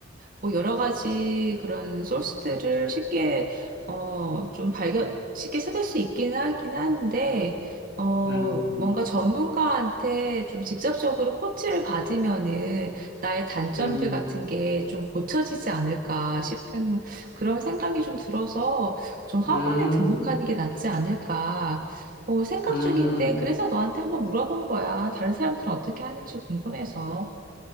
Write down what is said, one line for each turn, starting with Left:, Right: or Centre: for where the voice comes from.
Right: 뭐 여러 가지 그런 소스들을 쉽게 어 좀 발견 쉽게 찾을 수 있긴 하긴 한데 어
Left: 음,
Right: 뭔가 전문가한테 좀 직접적으로 코치를 받으면은 나의 단점들
Left: 음,
Right: 같은 게 좀 고쳐지지 않을까 싶은 그런 생각이 좀 들어서 좀 학원에
Left: 음,
Right: 등록하는 게 낫지 않을까 어, 생각
Left: 음,
Right: 중인데 그래서 너한테 한번 물어본 거야. 다른 사람들은 어떻게 하는지 궁금해서.